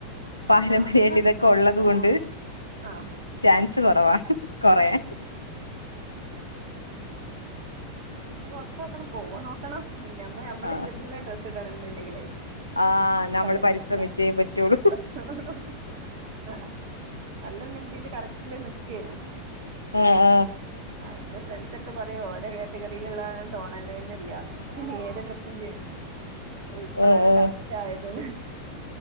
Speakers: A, on the left; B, on the right.
A: പാരമ്പര്യായിട്ട്
B: ആഹ്
A: ഇതൊക്കെ ഒള്ളത് കൊണ്ട്
B: ആഹ്
A: ചാൻസ് കൊറവാണ് കൊറയാൻ
B: ഇനീ കൊറച്ച് നോക്കണം പോവാൻ നോക്കണം ഞമ്മള് ഞമ്മടിഷ്ടത്തിനുള്ള
A: ആ
B: ഡ്രസ് സിഡണം ന്നുണ്ടെങ്കിലേ
A: ആ
B: ഇക്കാടേന്നു
A: നമ്മള് പരിശ്രമിച്ചേ
B: പറ്റില്ല
A: പറ്റുള്ളൂ
B: കൊറച്ച് പോണം ആ ആ നല്ല മിന്തിയില് കറക്റ്റില് നിക്കേനു
A: അ അ
B: ആ എന്റെ ഫ്രണ്ട്സ് ഒക്കെ പറയും ഓര്ടെ കാറ്റഗറിയിലൊള്ള ആളാന്ന് തോണല് തന്നെയില്ലാന്ന് ഏതെടു ഡ്രസ്സും ചേരും ഇപ്പോഴാണ്
A: ആ ആ
B: കറക്റ്റ് ആയതെന്ന്